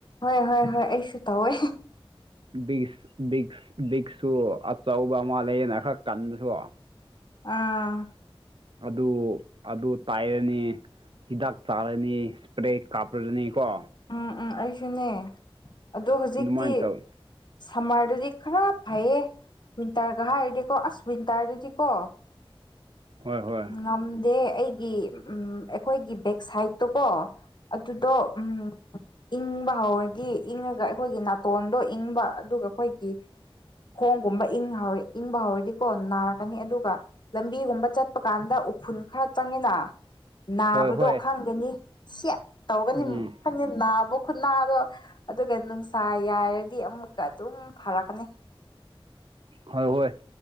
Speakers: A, on the left; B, on the right.
A: ꯍꯣꯏ ꯍꯣꯏ ꯍꯣꯏ ꯑꯩꯁꯨ ꯇꯧꯋꯦ
B: ꯕꯤꯁ ꯕꯤꯛ ꯕꯤꯛꯁꯨ ꯑꯆꯧꯕ ꯑꯃ ꯂꯩꯌꯦꯅ ꯈꯔ ꯀꯟꯕꯁꯨ
A: ꯑꯥ
B: ꯑꯗꯨ ꯑꯗꯨ ꯇꯥꯏꯔꯅꯤ ꯍꯤꯗꯥꯛ ꯆꯥꯔꯅꯤ ꯏꯁꯄ꯭ꯔꯦ ꯀꯥꯞꯂꯒꯅꯤꯀꯣ
A: ꯎꯝ ꯎꯝ ꯑꯩꯁꯨꯅꯦ ꯑꯗꯣ ꯍꯧꯖꯤꯛꯇꯤ
B: ꯑꯗꯨꯃꯥꯏꯅ ꯇꯧ
A: ꯁꯨꯝꯃꯗꯗꯤ ꯈꯔ ꯐꯩꯌꯦ ꯋꯤꯟꯇꯔꯒ ꯍꯥꯏꯔꯗꯤꯀꯣ ꯑꯁ ꯋꯤꯟꯇꯔꯗꯗꯤ ꯀꯣ
B: ꯍꯣꯏ ꯍꯣꯏ
A: ꯉꯝꯗꯦ ꯑꯩꯒꯤ ꯎꯝ ꯑꯩꯈꯣꯏꯒꯤ ꯕꯦꯛ ꯁꯥꯏꯠꯇꯣꯀꯣ ꯑꯗꯨꯗꯣ ꯎꯝ ꯏꯪꯕ ꯍꯧꯔꯗꯤ ꯏꯪꯉꯒ ꯑꯩꯈꯣꯏꯒꯤ ꯅꯥꯇꯣꯟꯗꯣ ꯏꯪꯕ ꯑꯗꯨꯒ ꯑꯩꯈꯣꯏꯒꯤ ꯈꯣꯡꯒꯨꯝꯕ ꯏꯪ ꯍꯧ ꯏꯪꯕ ꯍꯧꯔꯗꯤꯀꯣ ꯅꯥꯔꯛꯀꯅꯤ ꯑꯗꯨꯒ ꯂꯝꯕꯤꯒꯨꯝꯕ ꯆꯠꯄ ꯀꯥꯟꯗ ꯎꯐꯨꯜ ꯈꯔ ꯆꯪꯉꯦꯅ ꯅꯥꯕꯗꯣ
B: ꯍꯣꯏ ꯍꯣꯏ
A: ꯈꯪꯒꯅꯤ ꯁꯦꯠ ꯇꯧꯒꯅꯤ
B: ꯎꯝ
A: ꯈꯪꯗꯦ ꯅꯥꯕ ꯈꯨꯠꯅꯥꯗꯣ ꯑꯗꯨꯒ ꯅꯨꯡꯁꯥ ꯌꯥꯏꯔꯗꯤ ꯑꯃꯨꯛꯀ ꯑꯗꯨꯝ ꯐꯔꯛꯀꯅꯤ
B: ꯍꯣꯏ ꯍꯣꯏ